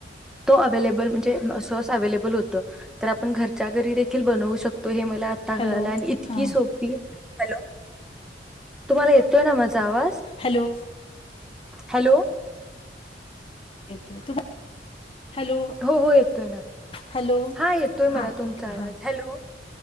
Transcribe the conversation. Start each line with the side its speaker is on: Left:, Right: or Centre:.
Centre: तो अवलेबल म्हणजे सॉस अवलेबल होत तर आपण घरच्या घरी देखील बनवू शकतो तो हे मला आता
Left: हॅलो
Centre: कळाला आणि इतकी
Left: हां
Centre: सोपी, हॅलो तुम्हाला येतोय ना माझा आवाज
Left: हॅलो
Centre: हॅलो
Left: <unintelligible> हॅलो
Centre: हो हो येतोय ना
Left: हॅलो
Centre: हा येतोय मला
Left: हा
Centre: तुमचा
Left: ओके
Centre: आवाज.
Left: हा
Centre: हॅलो.